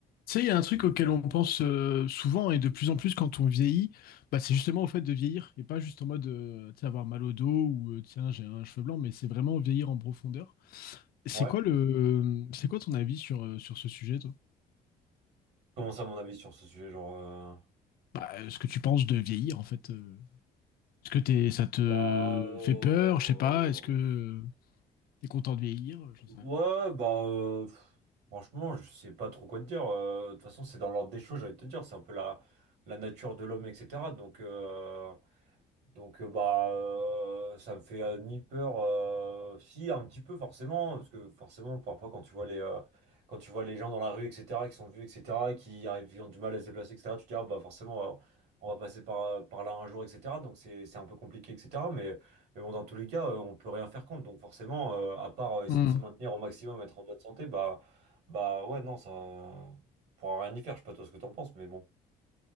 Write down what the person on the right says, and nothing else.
Ouais.
Comment ça, mon avis sur ce sujet, genre... euh,
Bah... euh,
Ouais,
ouais, bah... euh, pff, Franchement, je sais pas trop quoi te dire. euh, De toute façon, c'est dans l'ordre des choses, j'allais te dire. C'est un peu la... la nature de l'homme, etc. Donc... euh, Donc euh, bah euh, ça me fait euh, ni peur euh, si un petit peu forcément parce que forcément parfois quand tu vois les euh, quand tu vois les gens dans la rue etc qui sont vieux etc qui arrivent qui ont du mal à se déplacer etc tu te dis ah, bah forcément euh, on va passer par, euh, par là un jour etc donc c'est c'est un peu compliqué etc mais, mais bon dans tous les cas euh, on peut rien faire contre donc forcément euh, à part euh, essayer
de se maintenir au maximum être en bonne santé bah bah ouais non ça on pourra rien y faire je sais pas toi ce que t'en penses mais bon